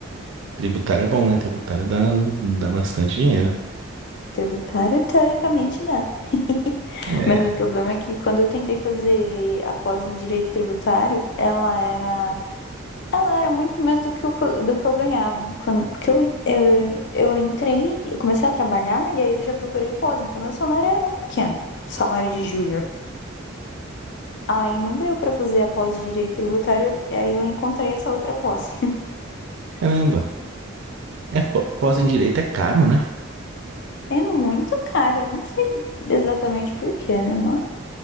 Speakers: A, on the right; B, on the left.
A: tributário é bom, né? Tributário dá, dá bastante dinheiro.
B: Tributário, teoricamente dá. <laughs>
A: É,
B: Mas o problema é que quando eu tentei fazer a pós em direito tributário, ela era, ela era muito mais do que, o, que eu- do que eu ganhava. Quando, porque eu, eu, eu entrei, eu comecei a trabalhar e aí eu já procurei pós, então meu salário era muito pequeno, salário de júnior. Aí não deu pra fazer a pós de direito tributário, eu- aí eu encontrei essa outra pós.
A: Caramba. É, pó- pós em direito é caro, né?
B: É muito caro, eu não sei exatamente por quê, né? Mas